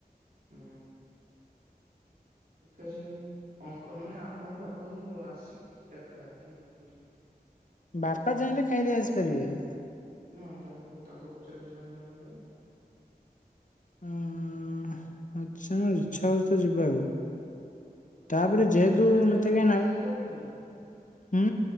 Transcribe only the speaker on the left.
ବାପା ଚାହିଁଲେ ଖାଇଦେଇ ଆସି ପାରିବେ।
ଉଁ ଆଚ୍ଛା ଇଚ୍ଛା ହୋଉଚି ତ ଯିବାକୁ।
ତାପରେ ଯେହେତୁ
ମତେ
କାଇଁ
ନା
ହୁଁ।